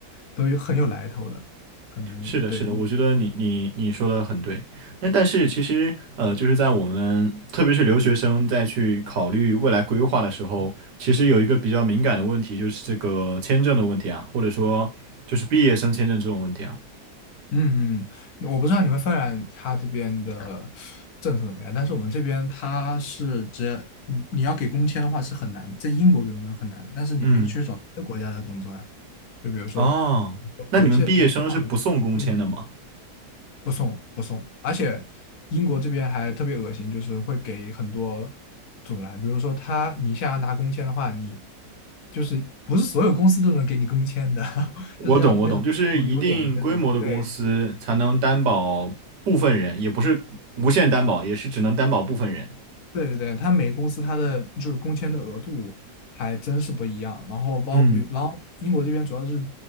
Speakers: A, on the left; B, on the right.
A: 都有很有来头的，可能对，
B: 是的，是的，我觉得你你你说的很对。那但是其实，呃，就是在我们特别是留学生在去考虑未来规划的时候，其实有一个比较敏感的问题，就是这个签证的问题啊，或者说就是毕业生签证这种问题啊。
A: 嗯嗯，我不知道你们芬兰它这边的政策怎么样，但是我们这边它是只要你你要给工签的话是很难，在英国给工签很难，但是你可以去找别的国家的工作呀，
B: 嗯，
A: 就比如说
B: 哦，那你们毕业生是不送工签的吗？
A: 有一些比较友好的，嗯，不送不送，而且英国这边还特别恶心，就是会给很多阻拦，比如说他你想要拿工签的话，你就是不是所有公司都能给你工签的，<laughs>
B: 我懂，
A: 就是要那种有脸的那种，
B: 我懂，就是一定规模的公司才能担保部分人，
A: 对。
B: 也不是无限担保，也是只能担保部分人。
A: 对对对，它每个公司它的就是工签的额度还真是不一样。然后包比如，
B: 嗯，
A: 然后英国这边主要是，